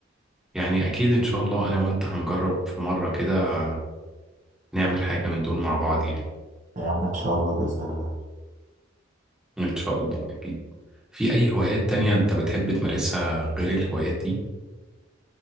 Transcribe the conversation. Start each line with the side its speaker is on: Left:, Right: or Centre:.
Centre: يعني أكيد إن شاء الله أنا وأنت هنجرب في مرة كده نعمل حاجة من دول مع بعض يعني
Right: يا عم ان شاء الله باذن الله
Centre: إن شاء الله أكيد في أي هوايات تانية أنت بتحب تمارسها غير الهوايات دي